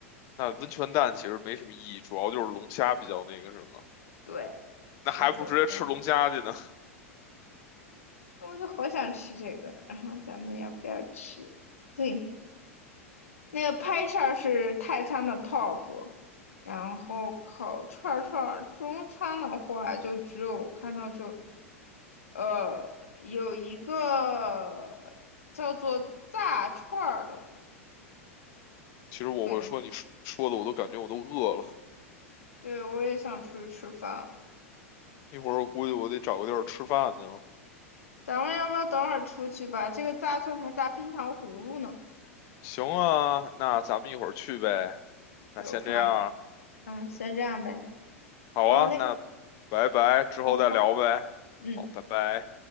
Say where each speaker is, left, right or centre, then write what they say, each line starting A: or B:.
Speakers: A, on the left; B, on the left.
A: 那温泉蛋其实没什么意义，主要就是龙虾比较那个什么。
B: 对，十九刀。
A: 那还不如直接吃龙虾去呢？
B: 那我就好想吃这个，然后咱们要不要吃？对，那个拍叉是泰餐的 top。然后烤串儿串儿中餐的话就只有看到只有呃，有一个叫做炸串儿的，
A: <laughs> 其实我会说你说说的，
B: 对
A: 我都感觉我都饿了。
B: 对，我也想出去吃饭了。
A: 一会儿我估计我得找个地儿吃饭去了。
B: 咱们要不要等会儿出去吧？这个炸串还炸冰糖葫芦呢。
A: 行啊，那咱们一会儿去呗。
B: 对，
A: 那先这样，
B: 我看，嗯，先这样呗。
A: 好啊，
B: 好嘞，
A: 那拜拜，之后再聊呗。
B: 拜拜。嗯。
A: 好，拜拜。